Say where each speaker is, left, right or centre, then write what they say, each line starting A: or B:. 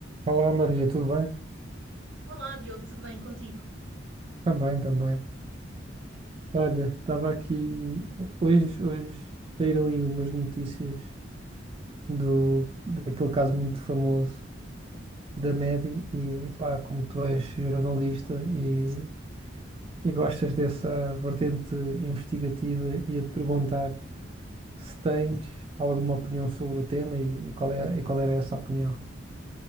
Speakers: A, on the right; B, on the right.
A: Olá Maria, tudo bem?
B: Olá, Diogo, tudo bem contigo?
A: Também, também. Olha, estava aqui. Hoje, hoje saíram aí umas notícias do, daquele caso muito famoso da Medi e pá, como tu és jornalista e, e gostas dessa vertente investigativa, ia-te perguntar se tens alguma opinião sobre o tema e, e qual é, e qual era essa opinião.